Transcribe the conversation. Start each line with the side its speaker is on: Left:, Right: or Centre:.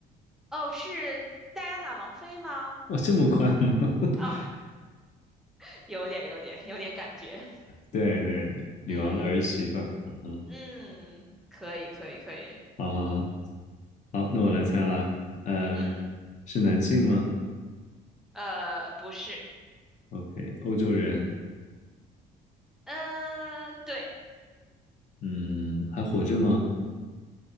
Centre: 哦，是戴安娜王妃吗？
Left: 哇，这么快吗？<laughs>
Centre: 哦，<laughs> 有点，有点，有点感觉，
Left: 对对，女王的儿媳妇儿，
Centre: 嗯嗯嗯
Left: 嗯哼，
Centre: 嗯，嗯可以，可以，可以。
Left: 好好好，好，那我来猜啦，呃，
Centre: 嗯，
Left: 是男性吗
Centre: 呃，不是，
Left: ？OK，欧洲人，
Centre: 呃，对，
Left: 嗯，还活着吗？